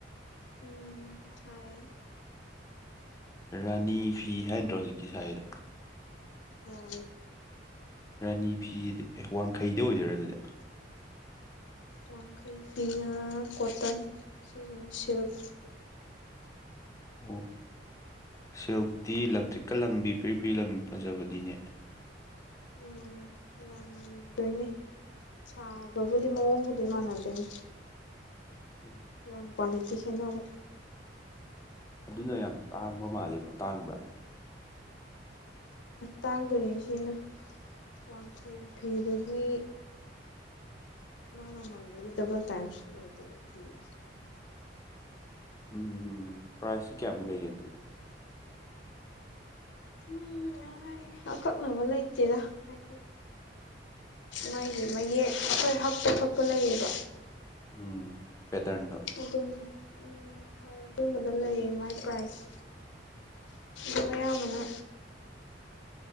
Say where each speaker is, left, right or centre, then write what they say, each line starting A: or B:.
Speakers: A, on the left (about 75°); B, on the left (about 20°).
A: ꯎꯝ ꯁꯑ
B: ꯔꯥꯅꯤ ꯐꯤ ꯍꯥꯏꯅꯗ꯭ꯔꯣ ꯍꯧꯖꯤꯛꯀꯤ ꯁꯥꯏ ꯑꯗꯣ
A: ꯍꯣꯏ
B: ꯔꯥꯅꯤ ꯐꯤꯁꯤꯗꯤ ꯋꯥꯡꯈꯩꯗ ꯑꯣꯏꯗꯣꯏꯔ ꯑꯗꯨꯗ
A: ꯋꯥꯡꯈꯩꯁꯤꯅ ꯀꯣꯇꯟ ꯁꯤꯁꯤꯅ ꯁꯤꯜꯛ
B: ꯑꯣ ꯁꯤꯜꯨꯛꯇꯤ ꯏꯂꯦꯛꯇ꯭ꯔꯤꯛꯀ ꯂꯪꯕꯤ ꯄ꯭ꯤꯔꯤ ꯄꯤꯔꯤ ꯂꯪꯕꯤ ꯐꯖꯕꯅꯤꯅꯦ
A: ꯎꯝ ꯌꯥꯝꯗꯣꯏꯅꯤ ꯁꯥꯕꯕꯨꯗꯤ ꯃꯑꯣꯡꯕꯨꯗꯤ ꯃꯥꯟꯅꯗꯣꯏꯅꯤ
B: ꯎꯝ
A: ꯔꯪ ꯀ꯭ꯋꯥꯂꯤꯇꯤ ꯀꯅꯕ
B: ꯑꯗꯨꯅ ꯌꯥꯝ ꯇꯥꯡꯕ ꯃꯥꯜꯂꯤꯀꯣ ꯇꯥꯡꯕ꯭ꯔꯥ
A: ꯇꯥꯡꯗꯣꯏꯅꯤꯁꯤꯅ ꯋꯥꯡꯈꯩ ꯐꯤꯗꯨꯒꯤ ꯃꯥꯏ ꯃꯃꯜꯗꯨꯒꯤ ꯗꯕꯜ ꯇꯥꯏꯝꯁ ꯑꯣꯏꯗꯣꯏꯕ ꯐꯤꯦ
B: ꯎꯝ ꯄ꯭ꯔꯥꯏꯖꯁꯤ ꯀꯌꯥꯃꯨꯛ ꯂꯩꯒꯦ ꯑꯗꯨꯗꯤ
A: ꯎꯉꯥꯏ ꯑꯀꯛꯅꯕ ꯂꯩꯇꯦꯔ ꯍꯥꯏꯗꯤ ꯃꯥꯒꯤ ꯃꯌꯦꯛ ꯑꯩꯈꯣꯏ ꯍꯛꯇ ꯊꯣꯛꯠꯄ ꯂꯩꯌꯦꯕ
B: ꯎꯝ ꯄꯦꯇꯔꯟꯗꯣ
A: ꯑꯗꯨꯝ ꯎ ꯎꯝ ꯍꯣꯏ ꯑꯗꯨꯝꯕꯗ ꯂꯩꯌꯦ ꯃꯥꯏ ꯄ꯭ꯔꯥꯏꯖ ꯑꯗꯨ ꯑꯌꯥꯝꯕꯅ